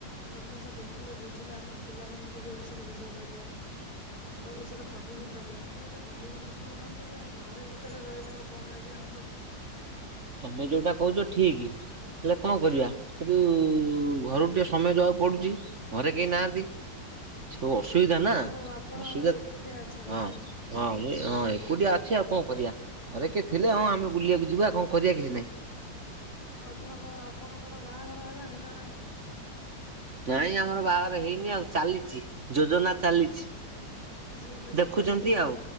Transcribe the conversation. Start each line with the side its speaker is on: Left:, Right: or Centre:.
Left: ସବୁ ଜିନିଷ ଦେଖିଲେ ବୁଝିଲେ ଆମ ପିଲାମାନଙ୍କୁ ବି ଏ ବିଷୟରେ ବୁଝେଇ ପାରିବା। ସବୁ ବିଷୟରେ କହିବି ପାରିବା ଟିକେ ଟିକେ ବୁଲି ବେ ନା ସ ସମୟ ବହାର କରି ଆଉ ଘରେ ଭିତରେ ରହିଲେ ଆଉ କଣ ଆଜ୍ଞା ହବ।
Right: ତମେ ଯୋଉଟା କହୁଛ ଠିକି ହେଲେ କଣ କରିବା। କିନ୍ତୁ ଘରୁକୁ ଟିକେ ସମୟ ଦବାକୁ ପଡୁଛି ଘରେ କେହି ନାହାଁନ୍ତି। ସବୁ ଅସୁବିଧା ନା
Left: ହଉ ଆପଣ
Right: ଅସୁବିଧା
Left: ଏକୁଟିଆ ଅଛନ୍ତି
Right: ହଁ।
Left: ନାଇଁ
Right: ହଁ ମୁଇ ହଁ ଏକୁଟିଆ ଅଛି ଆଉ କଣ କରିବା ଘରେ କିଏ ଥିଲେ ହଁ ଆମେ ବୁଲିବାକୁ ଯିବା କଣ କରିଆ କିଛି ନାଇଁ।
Left: ଆଉ ଆପଣଙ୍କ ଆପଣଙ୍କର ବାହାଘର ହେଲାଣି ନା ନାହିଁ?
Right: ନାଇଁ ଆମର ବାହାଘର ହେଇନି ଆଉ ଚାଲିଛି ଯୋଜନା ଚାଲିଛି।
Left: ଝିଅ ଖୋଜା
Right: ଦେଖୁଛନ୍ତି
Left: ଚାଲିଛି ନାଇଁ
Right: ଆଉ